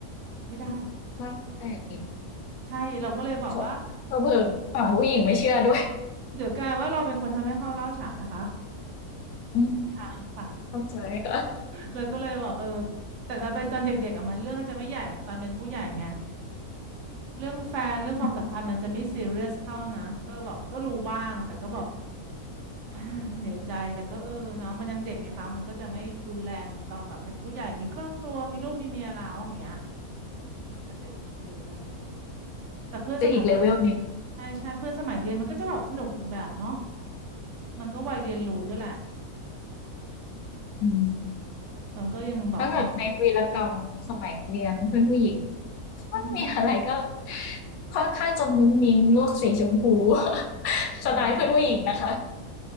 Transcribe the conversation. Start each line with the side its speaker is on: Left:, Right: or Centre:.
Right: ไม่ได้
Left: <laughs> ว่าแต่อีก
Right: ใช่เราก็เลยบอกว่า
Left: ขเผลอๆฝั่งผู้หญิงไม่เชื่อด้วย
Right: เดี๋ยวกลายว่าเราเป็นคนทำให้เขาเล่าวฉานนะคะ
Left: <laughs> อืม
Right: <laughs> ค่ะ
Left: เข้าใจค่ะ
Right: เลยก็เลยบอกเออแต่ถ้าเป็นตอนเด็กๆอ่ะมันเรื่องมันจะไม่ใหญ่เหมือนตอนเป็นผู้ใหญ่ไงเรื่องแฟนเรื่องความสัมพันธ์มันจะไม่ซีเรียสเท่านะก็แบบก็รู้บ้างแต่ก็แบบ
Left: อืม
Right: <sighs> เหนื่อยใจแต่ก็เออเนาะมันยังเด็กไงคะมันก็จะไม่รุนแรงเหมือนตอนแบบเป็นผู้ใหญ่มีครอบครัวมีลูกมีเมียแล้วอย่างเงี้ย มันก็จะอีกฟิลหนึ่งแต่เพื่อนสมัยวลา
Left: จะอีกเลเวลหนึ่ง
Right: ใช่ใช่เพื่อนสมัยเรียนมันก็จะแบบสนุกอีกแบบเนาะมันก็วัยเรียนรู้ด้วยแหละ
Left: อืม
Right: แต่มันก็ยังแบบเหมือน
Left: ถ้าเกิดในวีรกรรมสมัยเรียนเพื่อนผู้หญิงไม่ค่อยมีอะไรก็
Right: อือหือ
Left: ค่อนข้างจะมุ้งมิ้งโลกสีชมพู <laughs> สไตล์เพื่อนผู้หญิงนะ
Right: เนาะ